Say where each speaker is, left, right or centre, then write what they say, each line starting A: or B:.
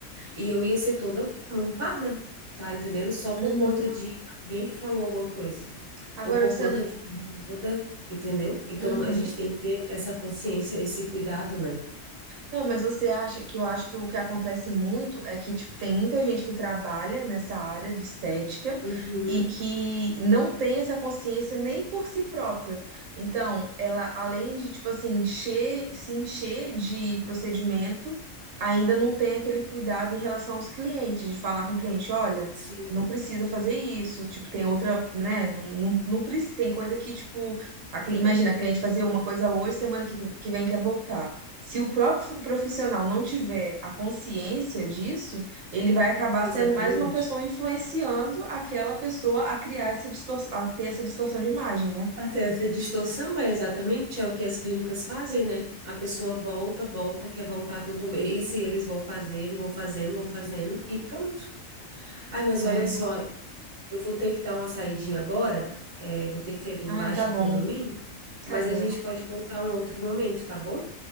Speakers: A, on the right (about 40°); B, on the right (about 75°).
A: e eu ia ser toda montada, tá entendendo? Só por
B: uhum.
A: conta de alguém que falou alguma coisa.
B: Agora
A: Ou por
B: você,
A: conta que tem uma moda, entendeu? Então
B: uhum.
A: a gente tem que ter essa consciência, esse cuidado, né?
B: Não, mas você acha que eu acho que o que acontece muito é que, tipo, tem muita gente que trabalha nessa área de estética
A: Uhum,
B: e que não tem essa consciência nem por si própria. Então, ela, além de, tipo assim, encher, se encher de procedimento, ainda não tem aquele cuidado em relação aos clientes, de falar com o cliente, olha,
A: sim,
B: não precisa fazer isso, tipo, tem outra, né,
A: uhum,
B: não, não, não precisa, tem coisa que, tipo, a cli- imagina a cliente fazer uma coisa hoje, semana que, que vem quer voltar. Se o próprio profissional não tiver a consciência disso, ele vai acabar
A: exatamente.
B: sendo mais uma pessoa influenciando aquela pessoa a criar essa distorção, a ter essa distorção de imagem, né?
A: Até essa distorção é exatamente é o que as clínicas fazem, né? A pessoa volta, volta, quer voltar todo mês, e eles vão fazendo, vão fazendo, vão fazendo, e pronto. Ai, mas
B: É.
A: olha só, Eu vou ter que dar uma saidinha agora, é, vou ter que ir ali embaixo
B: Ai, tá
A: do
B: bom,
A: condomínio,
B: tá
A: mas
B: bom.
A: a gente pode voltar um outro momento, tá bom?